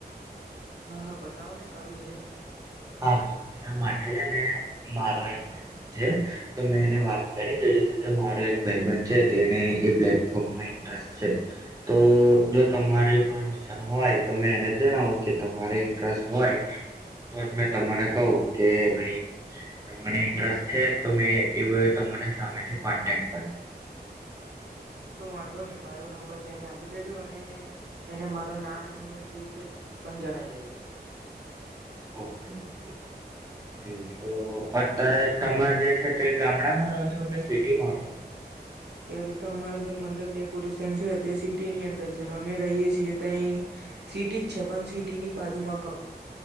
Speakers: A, on the right; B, on the right.
A: હા, હા, બતાવો ને કયું છે.
B: હા, તો એના માટે જ ને મારો એક ભાઈબંધ છે, તો મેં એને વાત કરી જઈશ કે મારો એક ભાઈબંધ છે તેને એ પ્લેટફોર્મમાં ઇન્ટરેસ્ટ છે, તો જો તમારી પર મિશન હોય તો મેં એને જ જણાવું કે તમારે ઇન્ટરેસ્ટ હોય તો જ મેં તમને કવ કે ભાઈ તને ઇન્ટરેસ્ટ છે, તો મેં એવો તમાને સામેથી કોન્ટેક્ટ કરશે
A: હા, તો વાંધો નહીં મારો નંબર તેને આપી દેજો અને તેને માર નામનું જે છે તે પણ જનાઈ દેજો
B: ઓકે, ઓકે, એતો અત્યારે તમે જે છે તે ગામડામાં રહો છો, કે સિટીમાં રહો છો?
A: ત્યારે તો અમારું જે મંડપ ડેકોરેશન છે તે સિટીની અંદર છે અમે રહીએ છીએ તો અહી સિટીજ છે, પણ સિટીની બાજુમાં